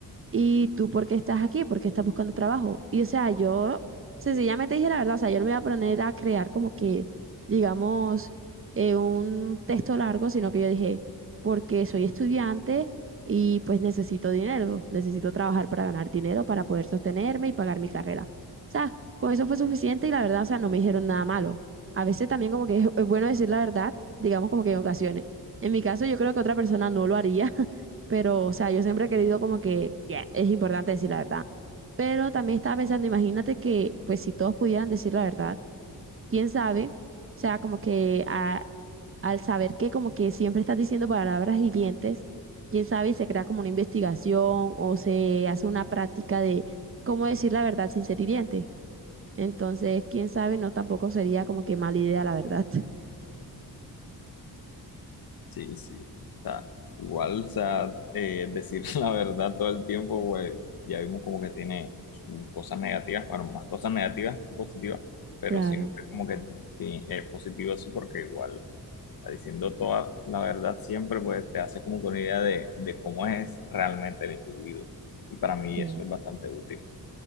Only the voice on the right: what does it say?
¿Y tú por qué estás aquí? ¿Por qué estás buscando trabajo? Y o sea, yo sencillamente dije la verdad, o sea, yo no me iba a poner a crear como que, digamos, eh, un texto largo, sino que yo dije, porque soy estudiante y pues necesito dinero, necesito trabajar para ganar dinero, para poder sostenerme y pagar mi carrera. O sea, con eso fue suficiente y la verdad, o sea, no me dijeron nada malo. A veces también como que es es bueno decir la verdad, digamos como que en ocasiones. En mi caso, yo creo que otra persona no lo haría pero, o sea, yo siempre he querido como que, ya, es importante decir la verdad. Pero también estaba pensando, imagínate que, pues, si todos pudieran decir la verdad, quién sabe, o sea, como que a- al saber que como que siempre estás diciendo palabras hirientes, quién sabe, y se crea como una investigación o se hace una práctica de cómo decir la verdad sin ser hiriente. Entonces, quién sabe, no tampoco sería como que mala idea, la verdad. <laughs>
Claro,
sí,